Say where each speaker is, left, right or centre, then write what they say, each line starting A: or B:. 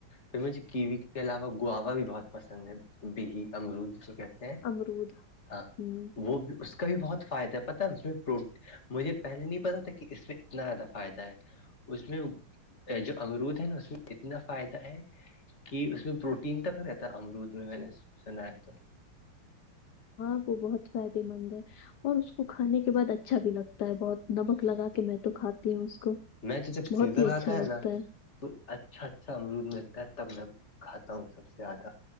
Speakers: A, on the left; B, on the left.
A: پھر مجھے کیوی کے علاوہ گاوا بھی بہت پسند ہے بیہی امرود جس کو کہتے ہیں ہیں
B: امرود
A: ہاں
B: ہوں
A: وہ بھی اس کا بھی بہت فائدہ ہے پتا اس میں پرو مجھے پہلے نہیں پتا تھا کہ اس میں اتنا زیادہ فائدہ ہے اس میں جو امرود ہے نا اس میں اتنا فائدہ ہے کہ اس میں پروٹین تک رہتا امرود میں میں نے سنایا تو
B: ہاں وہ بہت فائدے مند ہے اور اس کو کھانے کے بعد اچھا بھی لگتا ہے بہت نمک لگا کے میں تو کھاتی ہوں اس کو
A: میں تو جب
B: بہت
A: سیزن
B: ہی اچھا
A: آتا
B: لگتا
A: ہے نا تو اچھا اچھا امرود ملتا ہے تب میں کھاتا ہوں سب سے زیادہ